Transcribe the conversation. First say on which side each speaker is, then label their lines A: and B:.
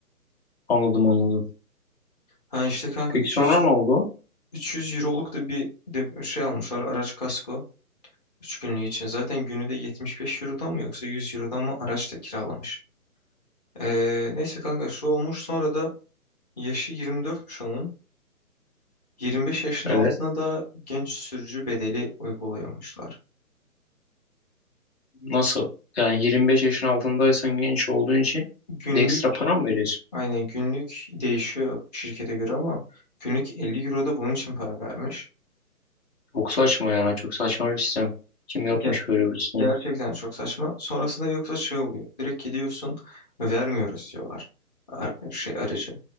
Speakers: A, on the left; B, on the left.
A: Anladım anladım.
B: Ha işte kanka
A: Peki
B: 300
A: sonra
B: euro
A: ne oldu?
B: 300 euroluk da bir de şey almışlar araç kasko 3 günlüğü için. Zaten günü de 75 eurodan mı yoksa 100 eurodan mı araç da kiralamış. Ee, neyse kanka şu olmuş sonra da Yaşı 24'müş onun. 25 yaşın
A: Evet.
B: altına da genç sürücü bedeli uyguluyormuşlar.
A: Nasıl? Yani 25 yaşın altındaysan genç olduğun için
B: Günlük,
A: bir de ekstra para mı veriyorsun?
B: aynen günlük değişiyor şirkete göre ama günlük 50 euro da bunun için para vermiş.
A: Çok saçma ya. Çok saçma bir sistem. Kim yapmış
B: Ge-
A: böyle bir sistemi?
B: gerçekten çok saçma. Sonrasında yoksa şey oluyor. Direkt gidiyorsun vermiyoruz diyorlar ar- şey aracı.